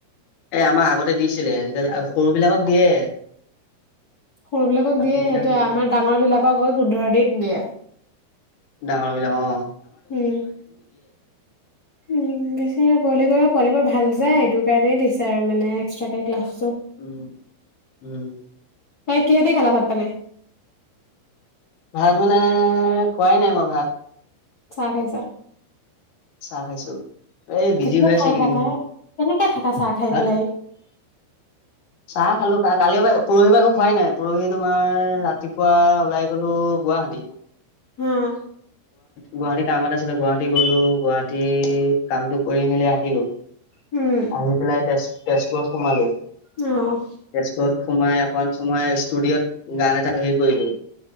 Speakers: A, on the left (about 65°); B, on the left (about 80°).
A: এ আমাৰ আগতে দিছিলে, আজিকালি সৰু বিলাকক দিয়ে।
B: সৰুবিলাকক
A: বাকী
B: দিয়ে
A: কেইটাক
B: সেইটোৱে
A: নিদিয়ে।
B: আমাৰ ডাঙৰ বিলাকক অকল পোন্ধৰ দিন দিয়ে।
A: ডাঙৰ বিলাক অঁ
B: উম উম, বেচেৰা পোৱালিটো, পোৱালীবোৰ ভাল যায় সেইটো কাৰণেই দিছে আৰু মানে এক্সট্ৰাকে ক্লাছ
A: উম। উম।
B: বাকী কিহেদি খালা ভাত পানী?
A: ভাত মানে, খোৱাই নাই মই ভাত।
B: চাহ খাইছা?
A: চাহ খাইছো। এই বিজি
B: কেনেকে
A: হৈ আছো
B: খাই
A: এইকিদিন,
B: থাকা? কেনেকে থাকা চাহ খাই
A: হা?
B: পেলাই?
A: চাহ খালো কা কালিৰ পৰা, পৰহি পৰা একো খোৱাই নাই। পৰহি তোমাৰ ৰাতিপুৱা ওলাই গলো গুৱাহাটী
B: হম।
A: গুৱাহাটী কাম এটা আছিলে গুৱাহাটী গলো, গুৱাহাটী কামটো কৰি মেলি আহিলো।
B: উম,
A: আহি পেলাই তেজ তেজপুৰত সোমালো।
B: উম অঁহ।
A: তেজপুৰত সোমাই অকণ সময় ষ্টুডিঅ'ত গান এটা হেৰি কৰিলো।